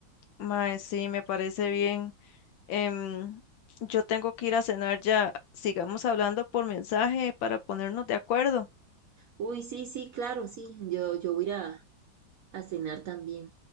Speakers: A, on the left; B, on the right.
A: Mae, sí, me parece bien. Em, yo tengo que ir a cenar ya. Sigamos hablando por mensaje para ponernos de acuerdo.
B: Uy, sí, sí, claro, sí, yo, yo voy a ir a a cenar también.